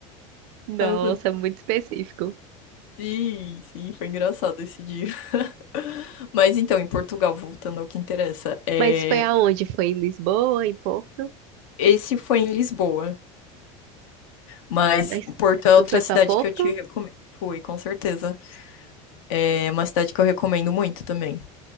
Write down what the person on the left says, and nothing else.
Aí eu falei,
sim, sim, foi engraçado esse dia. <laughs> Mas então, em Portugal, voltando ao que interessa, é...
esse foi em Lisboa, mas
Porto é
outra
cidade
que eu te recomendo. Fui, com certeza. É uma cidade que eu recomendo muito também.